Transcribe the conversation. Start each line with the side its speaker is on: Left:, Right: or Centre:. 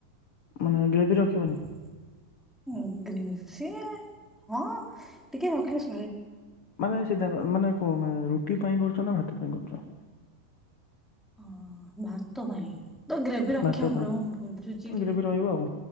Left: ମାନେ ଗ୍ରେଭି ରଖିବନି?
Centre: ଉଁ ଗ୍ରେଭି ହଁ। ଟିକେ ରଖିଲେଶ୍
Left: ମାନେ ସିଧା କ ମାନେ କ ମା ରୁଟି ପାଇଁ କରୁଚ ନା ଭାତ ପାଇଁ କରୁଚ?
Centre: ହଁ ଭାତ ପାଇଁ ତ ଗ୍ରେଭି ରଖିବାକୁ
Left: ଭାତ ପାଇଁ
Centre: ପଡ଼ିବ ମୁଁ ବୁଝୁଚି କି
Left: ଗ୍ରେଭି ରହିବ ଆଉ